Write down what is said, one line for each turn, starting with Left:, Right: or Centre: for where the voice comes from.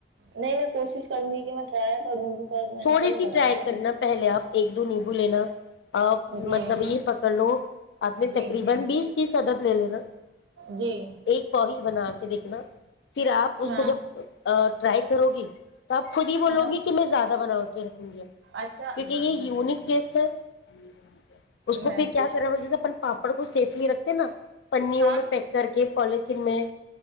Right: نہیں میں کوشش کروں <unintelligible> ج کہ میں ریا کروں گی <unintelligible>
Left: تھوڑی
Right: کبھی
Left: سی
Right: بنایا
Left: ٹرائی
Right: ہے
Left: کرنا پہلے آپ ایک دون <unintelligible> <unintelligible>
Right: جی جی جی ہاں
Left: توب خود ہی بولو
Right: ہاں
Left: گی کہ میں زیادہ <unintelligible> اک رکھوں گیا
Right: اچھا
Left: کیونکہ یہ یو <unintelligible> کیس ہے <unintelligible> اس کو
Right: میں
Left: پھر کیا
Right: کوشش
Left: کرا م جی سے اپن پاپا ڑ کو سیفلی رکھتے نا <unintelligible> پنوں
Right: ہاں
Left: میں پیک کر کے پلیتھین میں